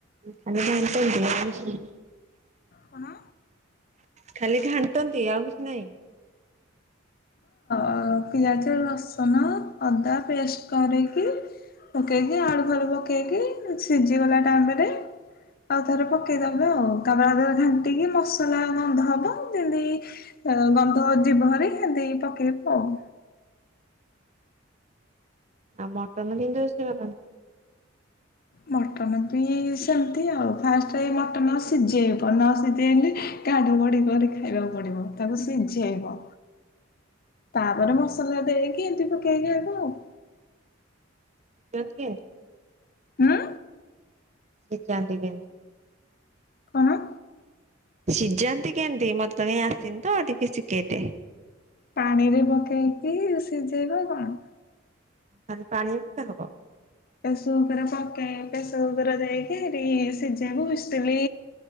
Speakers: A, on the right; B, on the left.
A: ଖାଲି ଘାଣ୍ଟନ୍ତି ଆଉ କିଛି ନୁହଁ?
B: କଣ?
A: ଖାଲି ଘାଣ୍ଟନ୍ତି ଆଉ କିଛି ନାହିଁ। ହଁ <inaudible>
B: ଆ ପିଆଜ ରସୁନ ଅଦା ପେଷ୍ଟ କରିକି ପକେଇକି ଆଳୁ ଫାଳୁ ପକେଇକି ସିଝିଗଲା ଟାଇମରେ ଆଉ ଥରେ ପକେଇଦବ ଆଉ ତା ପରେ ଆଉ ଥରେ ଘାଣ୍ଟିକି ମସଲା ଗନ୍ଧ ହବ ଯେମିତି ଗନ୍ଧ ଯିବହେରି ହେନ୍ତି ପକେଇବୁ ଆଉ।
A: ଆଉ ମଟନ କିନ୍ଦୀ ରୋଷେଇ କରନ୍ତି?
B: ମଟନ ବି ସେମିତି ଆଉ ଫାଷ୍ଟ ମଟନ ଆ ସିଝେଇବ ନ ସିଝେଇଲେ କାଡୁ ବଢ଼ି କରି ଖାଇବାକୁ ପଡ଼ିବ ତାକୁ ସିଝେଇବ
A: ହ <inaudible>
B: ତାପରେ ମସଲା ଦେଇକି ଏମିତି ପକେଇକି ଖାଇବ ଆଉ
A: <inaudible>
B: ହୁଁ
A: <inaudible> କେମିତି?
B: କଣ?
A: ସିଝାନ୍ତି କେମିତି ମତେ ତ କାଇ ଆସିନିତ ଟିକେ ଶିଖେଇଦେବେ।
B: ପାଣିରେ ପକେଇକି ସିଝେଇବ କଣ?
A: ଖାଲି ପାଣିରେ ପକା ହବ?
B: ପ୍ରସ କୁକୁର ପକେଇ ପ୍ରେସ କୁକୁର ଯାଇକି ହେ ସିଝେଇକୁ ବୁସିଥିଲି।